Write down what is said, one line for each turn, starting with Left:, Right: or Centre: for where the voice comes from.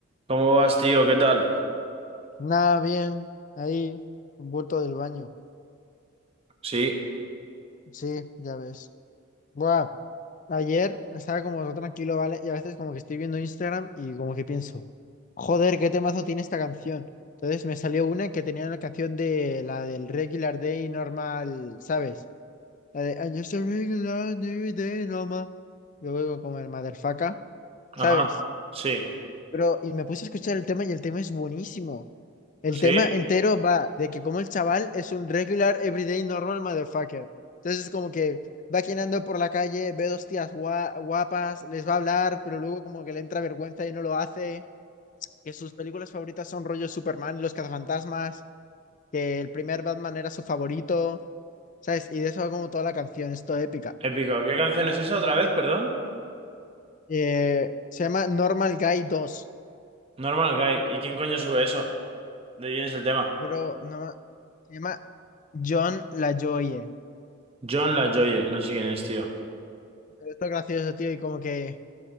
Right: ¿Cómo vas, tío? ¿Qué tal?
Left: Nada, bien, ahí, un bulto del baño.
Right: Sí,
Left: Sí, ya ves. Buah, ayer estaba como todo tranquilo, ¿vale? Y a veces como que estoy viendo Instagram y como que pienso, joder, qué temazo tiene esta canción. Entonces me salió una que tenía la canción de la del Regular Day Normal, ¿sabes? La de I'm just a regular day normal. Luego como el Motherfucker,
Right: Ajá,
Left: ¿sabes?
Right: sí,
Left: Pero, y me puse a escuchar el tema y el tema es buenísimo. El
Right: sí,
Left: tema entero va de que como el chaval es un regular, everyday, normal motherfucker. Entonces como que va caminando por la calle, ve dos tías gua- guapas, les va a hablar, pero luego como que le entra vergüenza y no lo hace. Que sus películas favoritas son rollo Superman y los cazafantasmas, que el primer Batman era su favorito, ¿sabes? Y de eso va como toda la canción, es toda épica.
Right: épico. ¿Qué canción es esa otra
Left: Como que-
Right: vez, perdón?
Left: Eh, se llama Normal Guy dos
Right: Normal Guy. ¿Y quién coño sube eso? ¿De quién es el tema?
Left: pero no, se llama John LaJoie.
Right: John LaJoie, no sé quién es, tío.
Left: Pero esto es gracioso, tío, y como que...